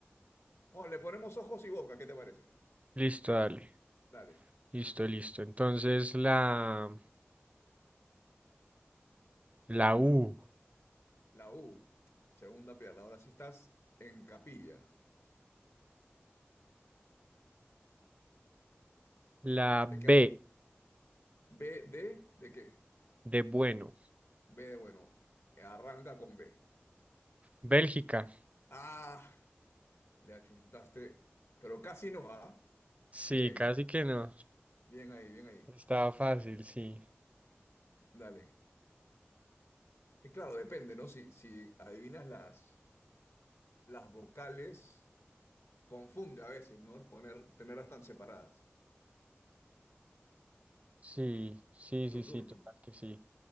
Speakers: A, on the left; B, on the right.
A: Bueno, le ponemos ojos y boca, ¿qué te parece?
B: Listo, dale.
A: Dale.
B: Listo, listo. Entonces la, la U.
A: La U, segunda pierna. Ahora sí estás en capilla.
B: La B
A: Te queda B de, ¿de qué?
B: de bueno.
A: B de bueno. Arranca con B.
B: Bélgica.
A: Ah, le achuntaste, pero casi no, ¿ah?
B: Sí,
A: Bien,
B: casi que no.
A: bien ahí, bien ahí.
B: Estaba fácil, sí.
A: Dale. Que claro, depende, ¿no? Si, si adivinas las, las vocales Confunde a veces, ¿no? Poner, tenerlas tan separadas.
B: Sí, sí,
A: Tu
B: sí, sí,
A: turno.
B: total que sí.